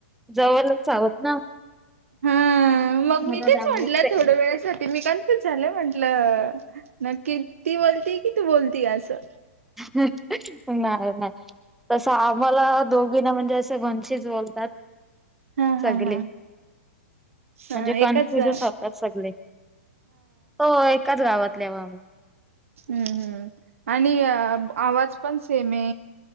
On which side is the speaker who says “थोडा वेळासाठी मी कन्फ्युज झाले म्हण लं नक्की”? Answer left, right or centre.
Right